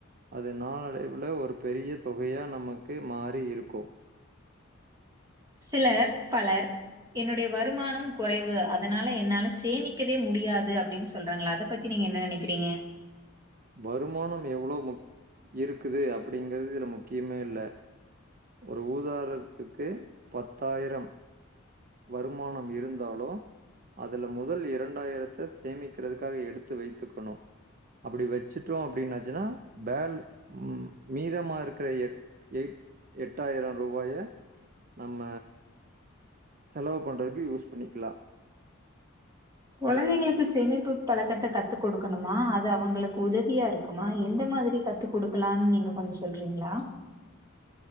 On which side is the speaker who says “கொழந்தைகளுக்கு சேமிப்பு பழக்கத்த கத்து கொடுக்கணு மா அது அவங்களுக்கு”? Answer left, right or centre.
Right